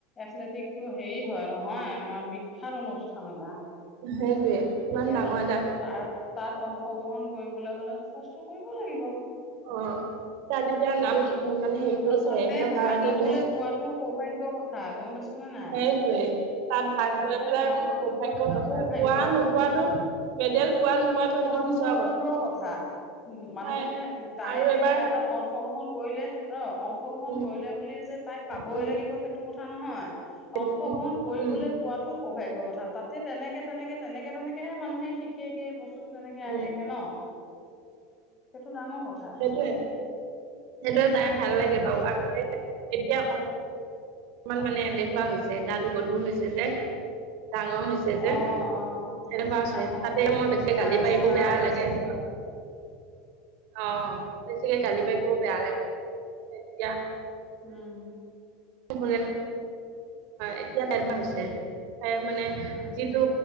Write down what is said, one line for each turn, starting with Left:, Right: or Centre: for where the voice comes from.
Left: এথলেটিকটো হেৰি হয় নহয়, আমাৰ বিখ্যাত অনুষ্ঠান এটা।
Right: সেইটোৱে,
Left: গতিকে
Right: ইমান ডাঙৰ এটা-
Left: তাৰ তাত অংশগ্ৰহণ কৰিবলৈ হলে কষ্ট কৰিব লাগিব।
Right: অঁ, তাত এতিয়া নাম মানে হেৰি কৰিছে,
Left: আৰু তাতে
Right: ইহঁতৰ
Left: ভাগ
Right: কাৰাটে-
Left: ল'বলৈ পোৱাটো সৌভাগ্যৰ কথা, গম পাইছ- নাই,
Right: সেইটোৱে তাত ভাগ
Left: তাতে
Right: লৈ পেলাই
Left: ভাগ লবলৈ
Right: সৌভাগ্যৰ
Left: পোৱাটো এটা
Right: কথা
Left: সৌভাগ্য।
Right: পোৱা নোপোৱাটো
Left: উম।
Right: মেডেল পোৱা নোপোৱাটো
Left: পোৱা
Right: সেইটো
Left: নোপোৱাতটো
Right: পিছৰ
Left: দূৰৰ কথা। উম মানুহে,
Right: হয়
Left: তাই
Right: আৰু
Left: এতিয়া
Right: এবাৰ
Left: কিবা এটাত অংশগ্ৰহণ কৰিলে- ন' অংশগ্ৰহণ
Right: উম,
Left: কৰিলে বুলিয়ে যে তাই পাবই
Right: উম,
Left: লাগিব, সেইটো কথা নহয়।
Right: সেইটোতো
Left: অংশগ্ৰহণ
Right: ন
Left: কৰিবলে
Right: উম,
Left: পোৱাতোও সৌভাগ্যৰ কথা, তাতে তেনেকে, তেনেকে তেনেকে তেনেকেহে মানুহে শিকেগে বস্তু। বস্তুটো তেনেকে
Right: উম,
Left: আহেগে ন', সেইটো ডাঙৰ কথা।
Right: সেইটোৱে, সেইটো তাই ভাল
Left: উম
Right: লাগে বাৰু, আগতে এতিয়া অকমান
Left: অ
Right: মানে এলেহুৱা হৈছে, গাতো গধুৰ হৈছে যে, ডাঙৰ হৈ হৈছে যে,
Left: অ অ
Right: এনেকুৱা হৈছে,
Left: ডাঙৰ
Right: তাতে
Left: হৈছে
Right: মই বেছি
Left: লাজ
Right: গালি পাৰিব
Left: এটা
Right: বেয়া
Left: আহে
Right: লাগে।
Left: চাগে
Right: হয় অ', বেছিকে গালি পাৰিবও বেয়া লাগে, এতিয়া
Left: উম।
Right: শুনে ন, এতিয়া তেনেকুৱা হৈছে, তাই মানে
Left: উম
Right: যিটো